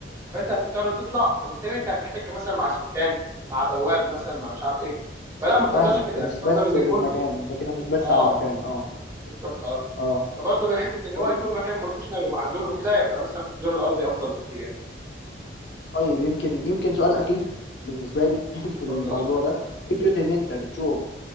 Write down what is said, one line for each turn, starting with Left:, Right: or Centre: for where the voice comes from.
Right: فانت هتضطر تطلع فبالتالي انت هتحتك مثلا مع سكان مع بواب مثلا مع مش عارف ايه فلا ما بفضلش
Left: فاهمك
Right: كده
Left: مش
Right: يعني افضل
Left: بس
Right: انه
Left: للمكان
Right: يكون
Left: انت كده مش بس
Right: اه
Left: على المكان اه
Right: بالظبط اه
Left: اه
Right: فبرضه من حته ان
Left: طيب
Right: هو يكون مكان بروفيشنال ومعزول وكده يبقى مثلا في الدور الارضي افضل بكتير يعني
Left: طيب يمكن يمكن سؤال اخير بالنسبه لي <laughs> في الموضوع
Right: اتفضل يا صديقي
Left: ده فكرة إن أنت بتشوف